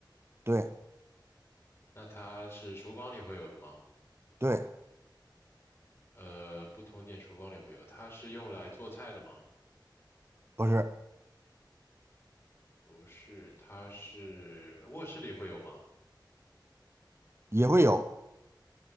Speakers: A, on the right (about 30°); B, on the left (about 35°).
A: 对
B: 那它是厨房里会有的吗？
A: 对，
B: 呃，不通电，厨房里会有。它是用来做菜的吗？
A: 不是，
B: 不是，它是卧室里会有吗？
A: 也会有，